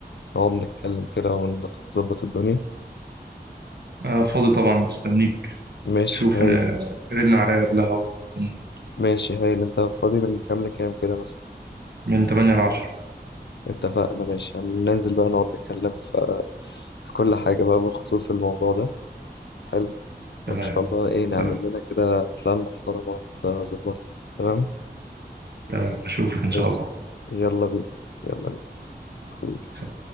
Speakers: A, on the left (about 85°); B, on the right (about 70°).
A: نقعد نتكلم كده ونظبط الدنيا
B: انا فاضي طبعا مستنيك
A: ماشي
B: شوف
A: هايل
B: آه، رن عليا قبلها وكون
A: ماشي هايل أنت فاضي من كام لكام كده مثلا
B: من 8 ل 10
A: اتفقنا ماشي هننزل بقى نقعد نتكلم في, في كل حاجة بقى بخصوص الموضوع ده حلو وإن
B: تمام
A: شاء الله إيه نعمل
B: تمام
A: لنا كده بلان محترمة تظبطنا تمام
B: تمام اشوفك ان شاء
A: بس يلا بينا يلا بينا حبيبي
B: الله